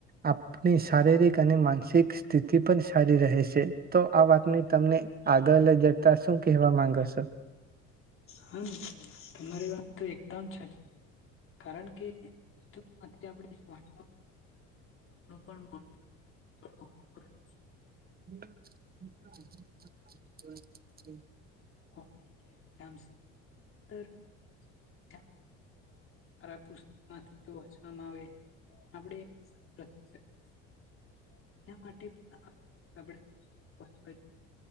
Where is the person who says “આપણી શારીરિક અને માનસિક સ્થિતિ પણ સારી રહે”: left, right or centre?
Right